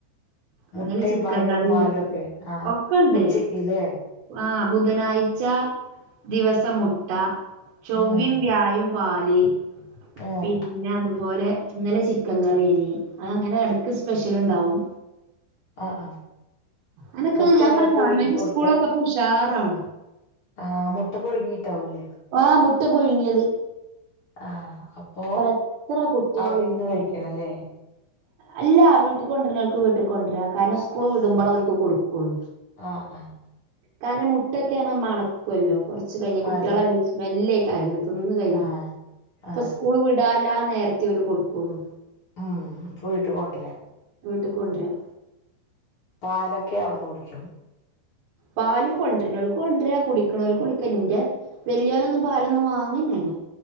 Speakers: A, on the left (about 40°); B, on the right (about 60°).
A: മുട്ടയും
B: നിങ്ങൾ ചിക്കൻ
A: പഴവും
B: കറി
A: പാലും
B: എന്തൊക്കെ
A: ഒക്കെ ആഹ്
B: ഒക്കെണ്ട്
A: ഉച്ചക്കില്ലേ
B: ആഹ് ബുധനാഴ്ച ദിവസം മുട്ട ചൊവ്വം
A: ഉം
B: വ്യാഴം പാല്
A: ആഹ്
B: പിന്നെ അതുപോലെ ഇന്നലെ ചിക്കൻ കറിയേനി അത് അങ്ങനെ ഇടക്ക് സ്പെഷ്യൽ ണ്ടാവും
A: ആഹ് ആഹ്
B: അനൊക്കെ
A: മുട്ട
B: ഞാൻ
A: എങ്ങനെ
B: പറ്യ
A: പുഴുങ്ങി
B: ഗവൺമെന്റെ
A: കൊടുക്കുക
B: സ്കൂളൊക്കെ പൊ ഉഷാറാണ്
A: ആഹ് മുട്ട പൊഴുങ്ങിട്ടാവുംല്ലേ
B: ആഹ് മുട്ട പുയിങ്ങിയത്
A: ആഹ് അപ്പൊ
B: എത്ര കുട്ടികളുണ്ട്
A: അവിടെ ഇരുന്ന്
B: ഇപ്പ
A: കഴിക്കണംല്ലേ
B: അടക്കം അല്ല വീട്ടിൽ കൊണ്ടുവരുന്നൾക്ക് വീട്ടി കൊണ്ടരാ കാരണം സ്കൂള് വിടുമ്പള ഓല്ക് കൊടുക്കുള്ളു
A: ആഹ് ആഹ്
B: കാരണം മുട്ടൊക്കെർഞ മണക്കുല്ലോ കൊറച്ച് കഴിഞ് കുട്ടിളെ
A: അതെ
B: അയന് സ്മെല്ലേകാരം ത്തിന്ന് കഴിഞ്
A: ആഹ്
B: അപ്പൊ
A: ആഹ്
B: സ്കൂൾ വിടാല നേരത്തെേ ഒരു കൊടുക്കുള്ളൂ
A: ആഹ് പോയിട്ട് കൊണ്ടരാം
B: വീട്ടിക്ക് കൊണ്ടരാം
A: പാലൊക്കെ അവിടുന്ന് കുടിക്കും
B: പാലും കൊണ്ട്നോൽക് കൊണ്ടര കുടിക്നോല്ക് കുടിക്ക ന്റെ വല്ല്യോരൊന്നും പാലൊന്നും വാങ്ങന്നെല്ല്യ